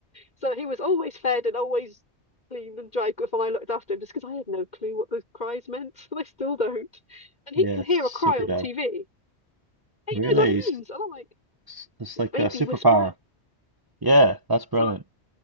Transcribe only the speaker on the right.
Yes.
Super
dad.
Really?
It's, it's like
a superpower.
Yeah. That's brilliant.